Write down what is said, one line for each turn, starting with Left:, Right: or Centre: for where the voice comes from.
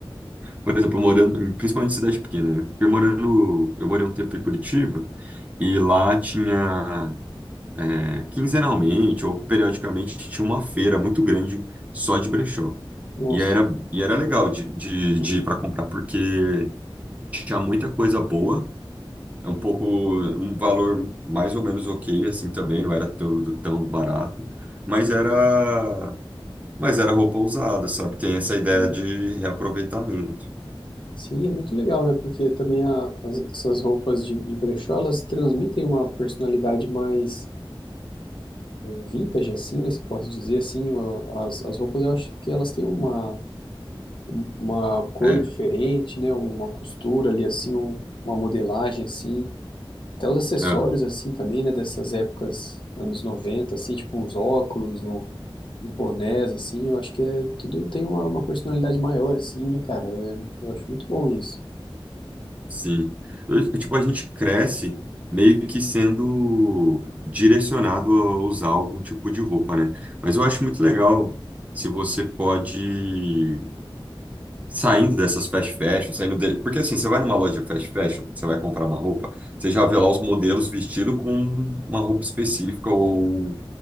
Right: por exemplo, morando, principalmente em cidade pequena, né? Eu morando, eu morei um tempo em Curitiba e lá tinha, é, quinzenalmente ou periodicamente, tinha uma feira muito grande só de brechó.
Left: Nossa.
Right: E era, e era legal de, de, de ir para comprar, porque tinha muita coisa boa É um pouco um valor mais ou menos ok, assim também, não era tão, tão barato, mas era, mas era roupa usada, sabe? Tem essa ideia
Left: Uhum.
Right: de reaproveitamento.
Left: Sim, é muito legal, né? Porque também a- as- essas roupas de, de brechó, elas transmitem uma personalidade mais eh, vintage, assim, né? Se posso dizer assim, ó, as, as roupas eu acho que elas têm uma um- uma cor
Right: É,
Left: diferente, né? Uma costura ali assim, um- uma modelagem assim, até os acessórios
Right: aham,
Left: assim também, né? Dessas épocas, anos 90 assim, tipo uns óculos, um- uns bonés assim, eu acho que é, tudo tem uma, uma personalidade maior assim, né, cara? Eu, eu acho muito bom isso.
Right: sim. Eu- tipo, a gente cresce meio que sendo direcionado a usar algum tipo de roupa, né? Mas eu acho muito legal se você pode. saindo dessas fast fashion, saindo de... Porque assim, você vai numa loja fast fashion, você vai comprar uma roupa, você já vê lá os modelos vestidos com uma roupa específica ou